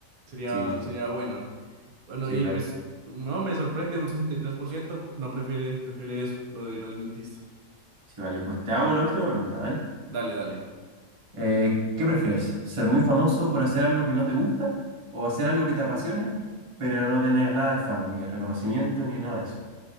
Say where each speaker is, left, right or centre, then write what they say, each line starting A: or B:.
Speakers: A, on the right (about 70°); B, on the right (about 25°).
A: sería,
B: sí, sí,
A: sería bueno. Bueno,
B: sí,
A: y
B: claro.
A: pues no me sorprende, un 63% no prefiere, prefiere eso, lo de ir al dentista.
B: Sí, vale, pues te hago la última pregunta, ¿vale?
A: Dale, dale.
B: Eh, ¿qué prefieres? ¿Ser muy famoso por hacer algo que no te gusta o hacer algo que te apasione, pero no tener nada de fama, ni de reconocimiento, ni nada de eso?